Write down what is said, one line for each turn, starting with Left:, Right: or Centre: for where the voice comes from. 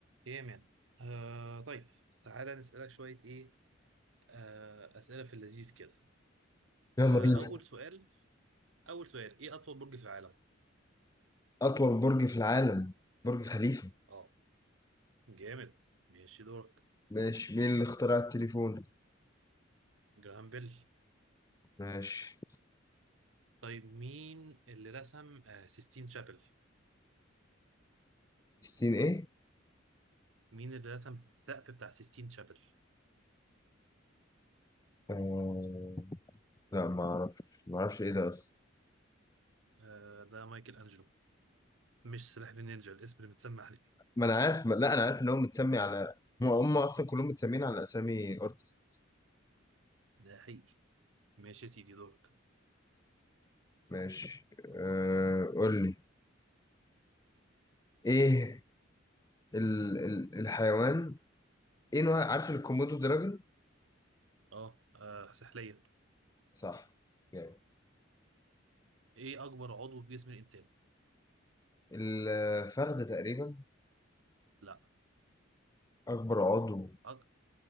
Right: ايه يا مان آه طيب تعالى نسألك شوية ايه آه أسئلة في اللذيذ كده
Left: يلا
Right: آه
Left: بينا
Right: أول سؤال أول سؤال ايه أطول برج في العالم؟
Left: أطول برج في العالم برج خليفة
Right: اه جامد ماشي دورك
Left: ماشي مين اللي اخترع التليفون؟
Right: جراهام بيل
Left: ماشي
Right: طيب مين اللي رسم آه سيستين شابل؟
Left: سيستين إيه؟
Right: مين اللي رسم السقف بتاع سيستين شابل؟
Left: آه... لا ما أعرفش ما أعرفش إيه ده أصلا
Right: آه ده مايكل أنجلو مش سلاح ذو النينجا الاسم اللي متسمى عليه
Left: ما أنا عارف ما... لا أنا عارف إن هو متسمي على هم هم أصلا كلهم متسمين على أسامي أرتستس
Right: ده حقيقي ماشي يا سيدي دورك
Left: ماشي آه... قول لي إيه ال... ال... الحيوان إيه نوع عارف الكومودو دراجون؟
Right: اه, آه سحلية
Left: صح جامد
Right: ايه أكبر عضو في جسم الإنسان؟
Left: الفخذ تقريبا
Right: لا
Left: أكبر عضو
Right: أك...